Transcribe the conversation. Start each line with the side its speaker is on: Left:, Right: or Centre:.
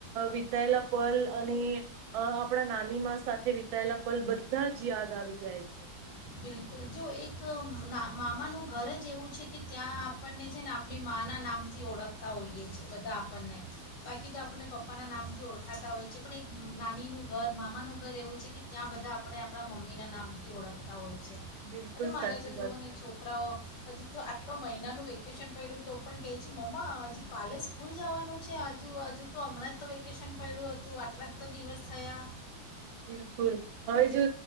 Right: વિતાયેલા અ પલ અને અ આપણા નાની મા સાથે વિતાયેલા પલ બધા જ યાદ આવી જાય છે.
Left: બિલકુલ જો એક મામાનું ઘર જ એવું છે કે ત્યાં આપણને છે ને આપણી માના નામથી ઓળખતા હોઈએ છે બધા આપણને બાકી તો આપણ પપ્પાના નામથી ઓળખાતા હોઈએ છીએ પણ એક નાનીનું ઘર મામાનું ઘર એવું છે કે ત્યાં બધા આપણે આપણા મમ્મીના નામથી ઓળખતા તા હોય છે.
Right: બિલકુલ
Left: અને મારે
Right: સાચી
Left: તો જોવ
Right: વાત
Left: ને
Right: કહી
Left: છોકરાઓ હજુ તો આટલો મહિનાનું વેકેશન પડ્યું તો પણ કહે છે મમ્મા હજુ કાલે સ્કૂલ જવાનું છે હજુ હજુ તો હમણાં જ તો વેકેશન પડ્યું હતું આટલા જ તો દિવસ થયા.
Right: બિલકુલ હવે જો